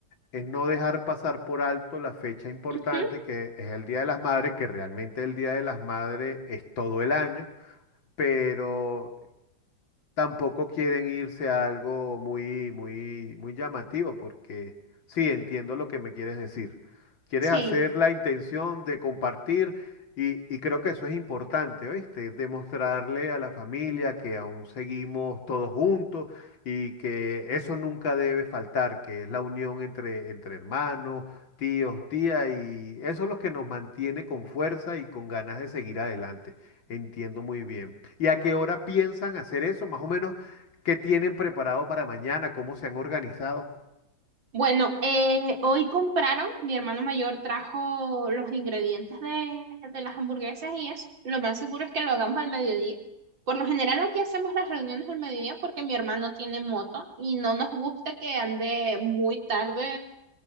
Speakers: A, on the left; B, on the right.
A: es no dejar pasar por alto la fecha importante
B: Ujú,
A: que es el Día de las Madres, que realmente el Día de las Madres es todo el año, pero tampoco quieren irse a algo muy, muy, muy llamativo, porque sí, entiendo lo que me quieres decir. Quieres
B: Sí.
A: hacer la intención de compartir y, y creo que eso es importante, ¿oíste? Demostrarle a la familia que aún seguimos todos juntos y que eso nunca debe faltar, que es la unión entre, entre hermanos, tíos, tías, y eso es lo que nos mantiene con fuerza y con ganas de seguir adelante. Entiendo muy bien. ¿Y a qué hora piensan hacer eso? Más o menos, ¿qué tienen preparado para mañana? ¿Cómo se han organizado?
B: Bueno, eh, hoy compraron, mi hermano mayor trajo los ingredientes de, de las hamburguesas y es lo más seguro es que lo hagamos al mediodía. Por lo general aquí hacemos las reuniones al mediodía porque mi hermano tiene moto y no nos gusta que ande muy tarde